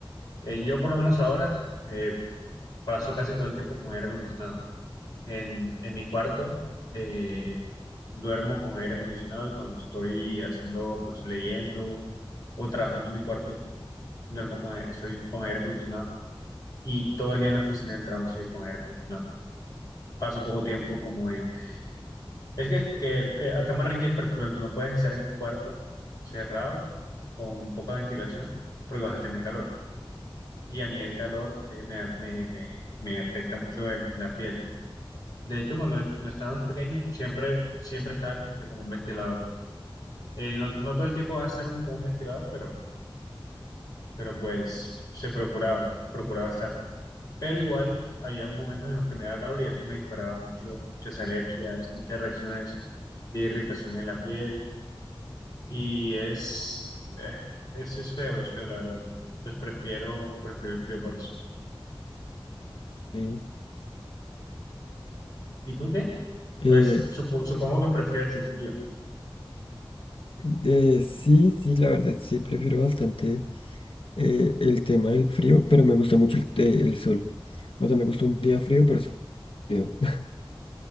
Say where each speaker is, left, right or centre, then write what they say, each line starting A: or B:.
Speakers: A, on the left; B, on the left.
A: eh, yo por lo menos ahora eh, paso casi todo el tiempo con aire acondicionado. En, en mi cuarto eh, duermo con aire acondicionado y cuando estoy haciendo, pues leyendo o trabajando en mi cuarto duermo con aire, estoy con aire acondicionado y todo el día en la oficina del trabajo estoy con aire acondicionado. Paso poco tiempo como en... Es que, que eh, acá en Barranquilla es particular, tú no puedes estar en un cuarto cerrado con poca ventilación porque vas a tener calor. Y a mí el calor eh, me, me, me, me afecta mucho en la piel. De hecho, cuando no estaba más pequeño, siempre, siempre estaba como que con un ventilador. Eh, no, no todo el tiempo vas a estar uno con un ventilador, pero pero pues se procuraba, procuraba estarlo. Pero igual había momentos en los que me daba calor y eso me disparaba mucho, muchas alergias, muchas reacciones de irritación en la piel y es, eh, es, es feo, es feo la verdad. Pues prefiero, prefiero el frío por eso.
B: Ok.
A: ¿Y tú qué?
B: Eh,
A: Pues supo- supongo que prefieres el frío.
B: de- sí, sí, la verdad, sí, prefiero bastante eh, el tema del frío, pero me gusta mucho el, te- el sol. O sea, me gusta un día frío, pero soleado. <laughs>